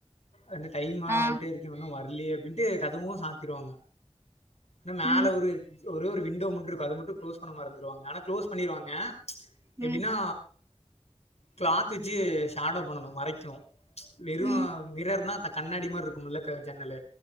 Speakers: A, on the left; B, on the right.
A: அந்த டைம்
B: ஆ
A: ஆயிட்டே இருக்க இன்னு வரலயை அப்டின்ட்டு கதவு சாத்திருவாங்க ஏனா மேல
B: ம்
A: ஒரு ஒரே ஒரு விண்டோ மட்டு இருக்கு அது மட்டு க்ளோஸ் பண்ண மறந்துருவாங்க ஆனா க்ளோஸ் பண்ணிருவாங்க
B: ம்
A: எப்டின்னா கிளாத் வெச்சு ஷேடோ பண்ணணு மரைக்கு வெறு
B: ம்
A: மிரர் நா அந்த கண்ணாடி மாரி இருக்கு முல்ல க ஜன்னலு